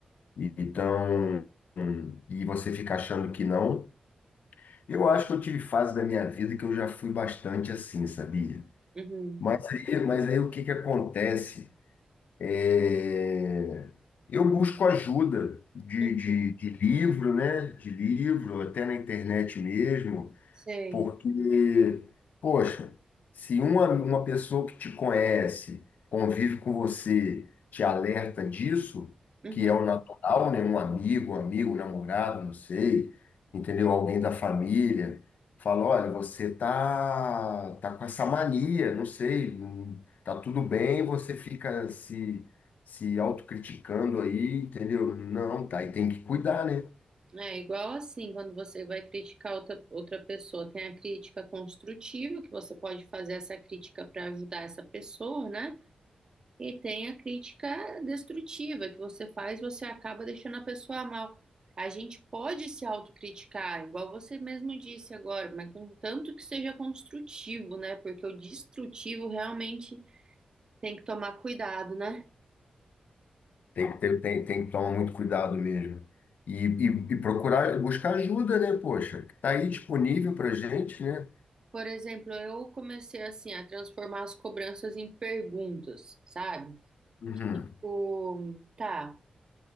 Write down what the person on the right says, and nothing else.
Uhum.
Uhum.
Sei.
Uhum.
É igual assim, quando você vai criticar outra, outra pessoa, tem a crítica construtiva, que você pode fazer essa crítica para ajudar essa pessoa, né? E tem a crítica destrutiva, que você faz, você acaba deixando a pessoa mal. A gente pode se autocriticar, igual você mesmo disse agora, mas contanto que seja construtivo, né? Porque o destrutivo realmente tem que tomar cuidado, né?
Por exemplo, eu comecei assim a transformar as cobranças em perguntas, sabe?
Tipo, tá,